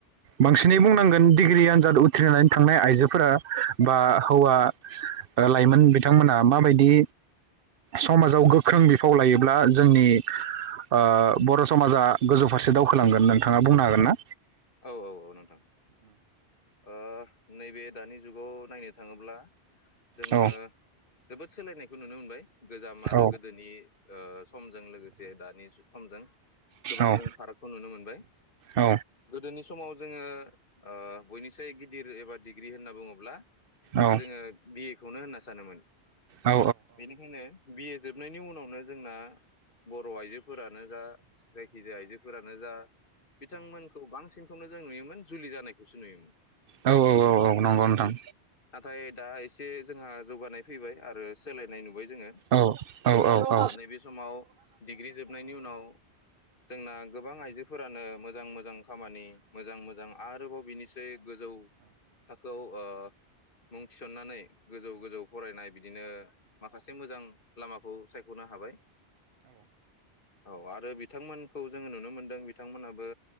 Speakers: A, on the right; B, on the left.
A: बांसिनै बुंनांगोन डिग्रि आनजाद उथ्रिनानै थांनाय आइजोफोरा बा
B: औ
A: हौवा लाइमोन बिथांमोना माबायदि समाजाव गोख्रों बिफाव लायोब्ला जोंनि ओ बर' समाजा गोजौ फारसे दावखोलांगोन नोंथाङा बुंनो हागोन ना?
B: औ औ औ नोंथां ओ नैबे दानि जुगाव नायनो थाङोब्ला जोङो
A: औ
B: जोबोद सोलायनायखौ नुनो मोनबाय गोजाम आरो
A: औ
B: गोदोनि ओ समजों लोगोसे दानि समजों गोबां
A: औ
B: जों फाराग नुनो मोनबाय
A: औ
B: गोदोनि स समाव जोङो ओ बयनिसाय गिदिर एबा डिग्रि होनना बुङोब्ला
A: औ
B: जोङो बि ए खौनो होनना सानोमोन
A: औ
B: बेनिखायनो बि ए जोबनायनि उनावनो जोंना बर' आइजोफोरानो जा जायखिजाया आइजो फो फोरानो जा बिथांमोनखौ बांसिन खौनो जों नुयोमोन जुलि जानायखौसो नुयोमोन।
A: औ औ औ औ नंगौ नोंथां।
B: ओमफ्राय दा एसे जोंहा जौगानाय फैबाय आरो सोलायनाय नुबाय जोङो
A: औ औ औ औ
B: ओ नैबे समाव डिग्रि जोबनायनि उनाव जोंना गोबां आइजोफोरानो मोजां मोजां खामानि मोजां मोजां आरोबाव बिनिसै गोजौ थाखोआव ओ मुं थिसननानै गोजौ गोजौ फरायनाय बिदिनो मा माखासे मोजां लामाखौ सायख'नो हाबाय। औ आरो बिथांमोनखौ जोङो नुनो मोनदों बिथांमोनाबो